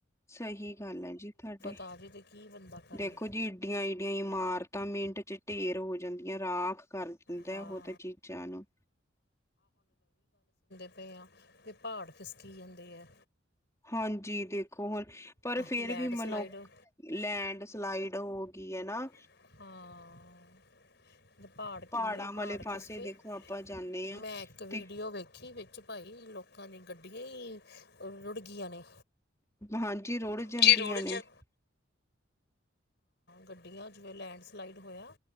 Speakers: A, on the left; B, on the left.
A: ਸਹੀ ਗੱਲ ਹੈ ਜੀ ਤੁਹਾਡੇ,
B: ਆ ਜੇ ਤੇ ਕੀ ਬੰਦਾ ਕਰੇ
A: ਦੇਖੋ ਜੀ, ਇਡੀਆਂ- ਇਡੀਆਂ ਇਮਾਰਤਾਂ ਤਾਂ ਮਿੰਟ ਚ ਢੇਰ ਹੋ ਜਾਂਦੀਆਂ ਰਾਖ ਕਰ ਦਿੰਦਾ।
B: ਹਾਂ
A: ਉਹ ਤਾਂ ਚੀਜ਼ਾਂ ਨੂੰ
B: ਹਾਂ, ਅਤੇ ਪਹਾੜ ਖਿਸਕੀ ਜਾਂਦੇ ਆ।
A: ਹਾਂਜੀ। ਦੇਖ ਖੋਣ, ਪਰ ਫਿਰ
B: ਲੈਂਡ
A: ਵੀ ਮਨੁੱਖ
B: ਸਲਾਈਡ ਹਾਂ
A: ਲੈਂਡ, ਸਲਾਈਡ ਹੋ। ਕੀ ਹੈ। ਨਾ
B: ਹਾਂ, ਪਹਾੜ
A: ਪਹਾੜਾਂ
B: ਕਿੰਨੇ
A: ਵਾਲੇ
B: ਪਹਾੜ ਖਿਕਸੇ
A: ਪਾਸੇ
B: ਕੇ,
A: ਦੇਖੋ ਆਪਾਂ ਜਾਂਦੇ
B: ਮੈਂ
A: ਹਾਂ
B: ਇੱਕ ਵੀਡੀਓ
A: ਤੇ
B: ਵੇਖੀ। ਵਿੱਚ ਭਾਈ ਲੋਕ ਲੋਕਾਂ ਦੀਆਂ ਗੱਡੀਆਂ ਹੀ ਰੁੜ ਗੀਆਂ ਨੇ
A: ਹਾਂਜੀ। ਰੁੜ ਜਾਂਦੀਆਂ
B: ਜੀ ਰੋਡ
A: ਨੇ <unintelligible>
B: ਗੱਡੀਆਂ ਜਿਵੇਂ ਲੈਂਡ ਸਲਾਈਡ ਹੋਇਆ।